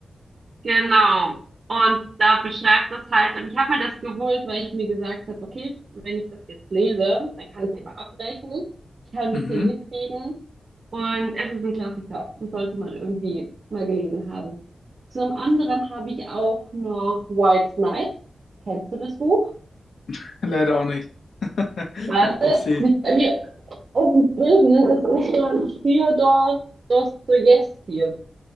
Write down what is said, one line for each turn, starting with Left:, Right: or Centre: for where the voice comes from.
Right: Genau. Und da beschreibt das halt, und ich habe mir das geholt, weil ich mir gesagt habe, okay, wenn ich das jetzt lese, dann kann ich immer abrechnen, ich kann ein
Left: Mhm.
Right: bisschen mitreden. Und es ist ein Klassiker. Das sollte man irgendwie mal gelesen haben. Zum anderen habe ich auch noch White Knight. Kennst du das Buch?
Left: <laughs> Leider auch nicht. <laughs>
Right: Warte,
Left: Upsi.
Right: es liegt bei mir auf dem Boden. Das ist von Fjodor Dostojewski.